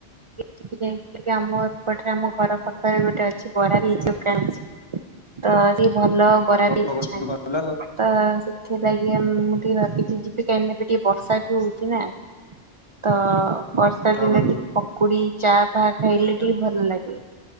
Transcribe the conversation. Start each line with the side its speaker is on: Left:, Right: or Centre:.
Right: ସେଥିପାଇଁ ଆମ ଏପଟରେ ଆମ ଘର ପାଖରେ ଗୋଟେ ଅଛି ବରା ବି <unintelligible> ତ ସିଏ ଭଲ ବରା
Left: ହଉ
Right: ପିଆଜି
Left: ବନ୍ଧୁ
Right: ଛାଣେ।
Left: ଭଲ ଆଉ
Right: ତ ସେଥିଲାଗି ମୁଁ ଟିକେ ଭାବିଚି ଯିବି କାହିଁକି ନା ଏବେ ଟିକେ ବର୍ଷା ବି ହଉଚି ନା। ତ ବର୍ଷା
Left: ହଁ
Right: ଦିନ
Left: ବନ୍ଧୁ
Right: ଟିକେ ପକୁଡି ଚା ପାହା ଖାଇଲେ ଟିକେ ଭଲ ଲାଗେ